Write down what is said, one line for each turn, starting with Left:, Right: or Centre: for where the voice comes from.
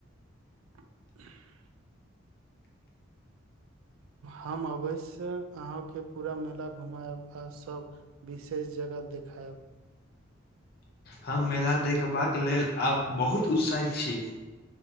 Right: <unintelligible> हम अवैश्य अहाँ के पूरा मेला घुमायब आ सब विशेष जगह देखायएब
Left: हम मेला देखबाक लेल आब बहुत उत्साहित छी